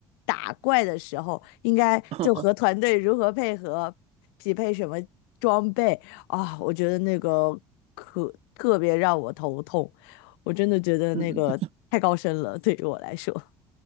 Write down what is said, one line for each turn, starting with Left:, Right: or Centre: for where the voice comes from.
Left: 打怪的时候应该就和团队如何配合，
Right: <laughs>
Left: 匹配什么装备啊，我觉得那个可特别让我头痛，我真的觉得那个太高深了，
Right: 嗯嗯。
Left: 对于我来说，